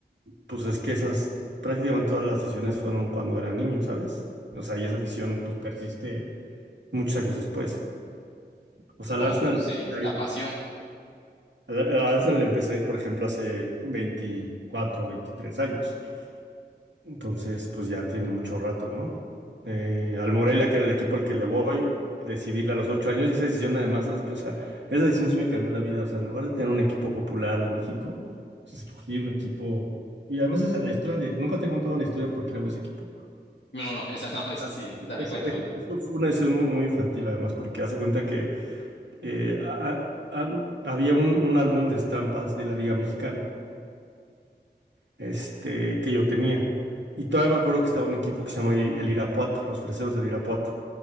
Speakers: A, on the right (about 85°); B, on the left (about 80°).
A: pues es que esas, prácticamente todas las decisiones fueron cuando era niño, ¿sabes? O sea, y esa afición pues persiste muchos años después. O sea,
B: No,
A: al Arsenal,
B: sí,
A: al
B: la pasión.
A: al Arsenal le empecé a ir, por ejemplo, hace 24, 23 años. Entonces, pues ya tiene mucho rato, ¿no? Eh, al Morelia, que era el equipo al que le voy, decidirle a los ocho años, y esa decisión además, es que, o sea, esa decisión sí me cambió la vida, o sea, en lugar de tener un equipo popular de México, pues escogí un equipo, y además esa es la historia de, nunca te he contado la historia por qué le voy a ese equipo.
B: No, no, <laughs> no, esa no, esa
A: Ah,
B: sí, dale,
A: es-
B: cuéntamela.
A: es- eso fue una decisión muy, muy infantil además, porque hace cuenta que eh, a- a- había un, un álbum de estampas de la Liga Mexicana. este, que yo tenía. Y todavía me acuerdo que estaba un equipo que se llama I- el Irapuato, los Freseros del Irapuato,